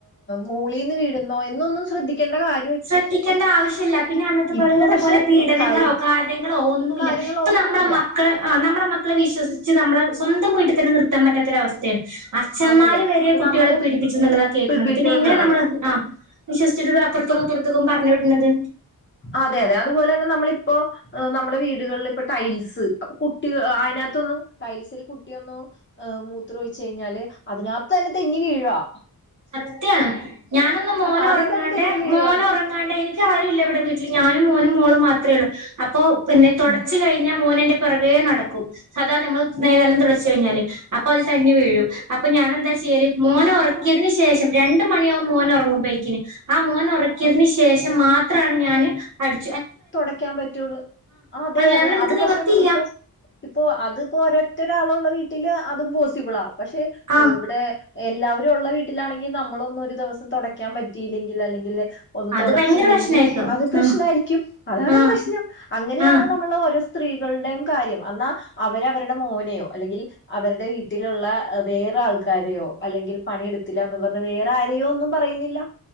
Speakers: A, on the left; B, on the right.
A: മോളിൽന്ന് വീഴുന്നോ എന്നൊന്നും ശ്രദ്ധിക്കേണ്ട കാര്
B: ശ്രദ്ധിക്കേണ്ട ആവശ്യല്ല പിന്നെ അന്നത്തെ പോലെ
A: ഇപ്പൊ
B: ഇന്നത്തെ
A: പക്ഷെ
B: പോല പീഡനങ്ങളോ
A: തൈ
B: കാര ളോ ഒന്നുല്ല
A: കാര്യങ്ങളൊന്നുമില്ല.
B: ഇപ്പ നമ്മള മക്കള് അ നമ്മ മക്കളെ വിശ്വസിച്ച് നമ്മള് സ്വന്തം വീട്ടിൽ തന്നെ നിർത്താൻ പറ്റാത്തൊരവസ്ഥയാണ് അച്ഛന്മാര്
A: അതെ അതെ
B: വരെ
A: ഇപ്പൊ
B: കുട്ടികളെ
A: നമ്മള്
B: പീഡിപ്പിച്ചു എന്നുള്ളതാ കേൾക്കുന്നുണ്ട്
A: ഇപ്പൊ
B: പിന്നെ എങ്ങനെ നമ്മൾ ആ വിശ്വസിച്ചിട്ട് അപ്പുറ
A: ഇപ്പൊ
B: പുറത്തേക്കും ഇപ്പുർത്തെക്കും പറഞ്ഞു വിടുന്നത്.
A: അതെ അതെ അതുപോലെ തന്നെ നമ്മളിപ്പോ നമ്മുടെ വീടുകളിൽ ഇപ്പ ടൈൽസ് അപ്പൊ കുട്ടി അതിനകത്തൊന്നും ടൈൽസിൽ കുട്ടിയൊന്നും മൂത്രൊഴിച്ചു കഴിഞ്ഞാല് അതിനകത്ത് തന്നെ തെന്നി വീഴാ.
B: സത്യാണ് ഞാനൊന്ന് മോന്
A: ആഹ് അതിൽ
B: ഉറങ്ങാണ്ട്
A: തന്നെ തെന്നി വീഴുവാണ്.
B: മോന് ഉറങ്ങാണ്ടെനി ട്ടിൽ ആരും ഇല്ല ഇവിടെ വീട്ടിൽ ഞാനും മോനും മോളും മാത്രേള്ളൂ അ അപ്പോ പിന്നെ തുടച്ചു
A: ഉം.
B: കഴിഞ്ഞ മോനെ പിറകേ നടക്കും സാധാ നമ്മള് നെ നെലം തുടച്ചു കഴിഞ്ഞാല് അപ്പൊ അത് തന്നി വീഴും അപ്പൊ ഞാനെന്താ ചെയ്യല് മോനെ ഉറക്കി തിന് ശേഷം രണ്ടു മണിയാകും മോൻ ഉറങ്ങുമ്പോഴക്കിന് ആ മോൻ ഉറക്കിയതിന്
A: ആ,
B: ശേഷം മാ ത്രാണ് ഞാന് അടു
A: തുടയ്ക്കാൻ പറ്റുള്ളു അതെ
B: അല്ലാതെ
A: അതെ
B: എനിക്ക്
A: അത്
B: നിവർത്തിയില്ല
A: പക്ഷെ ഇപ്പൊ ഇപ്പോ അതിപ്പോ ഒറ്റൊരാളുള്ളത് വീട്ടില് അതും പോസിബിൾ ആവും. പക്ഷെ
B: ആഹ്
A: ഇവിടെ എല്ലാവ രൊള്ള വീട്ടിലാണെങ്കിൽ നമ്മളൊന്നു ഒരു ദിവസം തുടക്കാൻ പറ്റയില്ലെങ്കിൽ അല്ലെങ്കിൽ ഒന്ന്
B: അത്
A: തുടച്ചില്ലെങ്കിൽ
B: ഭയങ്കര പ്രശ്നായിരുന്നു
A: അത് പ്രശ്നമായിരിക്കും.
B: ആഹ്
A: അതാണ്
B: ആഹ്
A: പ്രശ്നം അങ്ങനെയാണ്
B: ആഹ്
A: നമ്മൾ ഓരോ സ്ത്രീകളുടെയും കാര്യം. എന്നാ അവരവരുടെ മോനെയോ അല്ലെങ്കിൽ അവരുടെ വീട്ടിലുള്ള വേറെ ആൾക്കാരെയോ അല്ലെങ്കിൽ പണിയെടുത്തില്ല എന്ന് പറഞ്ഞ് വേറെ ആരെയൊന്നും പറയുന്നില്ല.